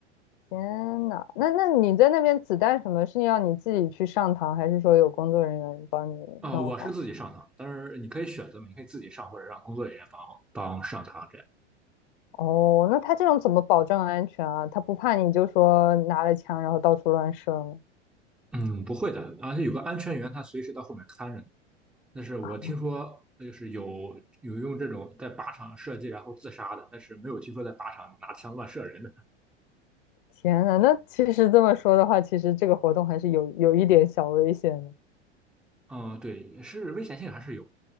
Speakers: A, on the left; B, in the centre.
A: 天呐，那那你在那边子弹什么是要你自己去上膛，还是说有工作人员帮你弄好？
B: 啊、我是自己上膛，但是你可以选择嘛，你可以自己上或者让工作人员帮帮上膛这样。
A: 哦，那他这种怎么保证安全啊？他不怕你就说拿了枪然后到处乱射吗？
B: 嗯，不会的，而且有个安全员，他随时到后面看着呢。那是我听说就是有
A: 啊，
B: 有用这种在靶场射击然后自杀的，但是没有听说在靶场拿枪乱射人的。
A: 天呐，那其实这么说的话，其实这个活动还是有有一点小危险的。
B: <laughs> 嗯，对，是危险性还是有的，